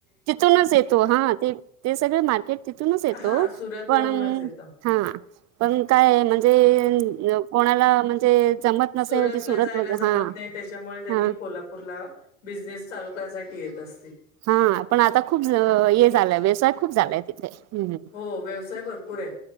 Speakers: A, on the right; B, on the left.
A: तिथून चं येतो हां ते ते सगळं मार्केट तिथूंनच येतो
B: हा सुरत
A: पणं
B: वरूनच येतं
A: हां पणं कायं म्हणजे कोणांला म्हणजे जमत नसेल
B: सुरतला
A: की सुरत
B: जायंला
A: वगैरे
B: जमांत
A: हा
B: नाहीं त्यांच्यामुळे त्यांनी
A: हा
B: कोल्हांपूरला बिझनेस चालूं आहे करांयसांठी येतं असतील
A: हां पणं आंता खूंप हे झालंय व्यवसांय खूंप झालायं तिथे हम्म
B: हो व्यवसाय भरंपूर आहे